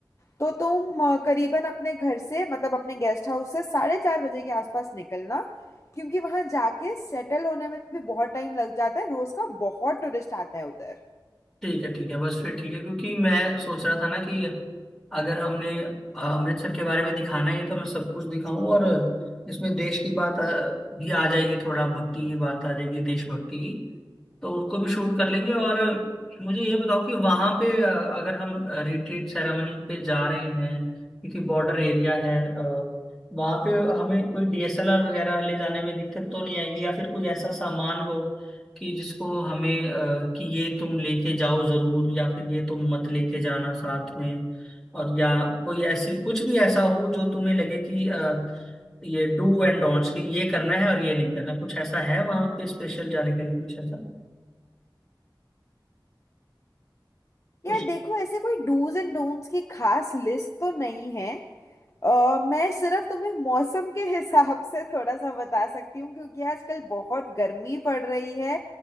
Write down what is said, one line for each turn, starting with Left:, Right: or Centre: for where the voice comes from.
Left: तो तुम अ, करीबन अपने घर से मतलब अपने गेस्ट हाउस से साढ़े चार बजे के आसपास निकलना क्योंकि वहां जाके सेटल होने में भी बहुत टाइम लग जाता है रोज का बहुत टूरिस्ट आता है उधर
Centre: ठीक है ठीक है बस फिर ठीक है क्योंकि मैं सोच रहा था ना कि अगर हमने अ, अमृतसर के बारे में दिखाना ही है तो मैं सब कुछ दिखाऊं और इसमें देश की बात अ, भी आ जाएगी थोड़ा भक्ति की बात आ जाएगी देशभक्ति की तो उसको भी शूट कर लेंगे और मुझे ये बताओ कि वहां पे अ, अगर हम रिट्रीट सेरेमनी पे जा रहे हैं क्योंकि बॉर्डर एरिया है वहां पे हमें कोई डीएसएलआर वगैरह ले जाने में दिक्कत तो नहीं आएगी या फिर कोई ऐसा सामान हो कि जिसको हमें अ, कि ये तुम लेके जाओ जरूर या फिर ये तुम मत लेके जाना साथ में और या कोई ऐसी कुछ भी ऐसा हो जो तुम्हें लगे कि अ, ये डू एंड डोंट्स कि ये करना है और ये नहीं करना कुछ ऐसा है वहां पे स्पेशल जाने के लिए कुछ ऐसा
Left: यार
Centre: उस
Left: देखो ऐसे कोई डूज एंड डोंट्स की खास लिस्ट तो नहीं है अ, मैं सिर्फ तुम्हें मौसम के हिसाब से थोड़ा सा बता सकती हूँ क्योंकि आजकल बहुत गर्मी पड़ रही है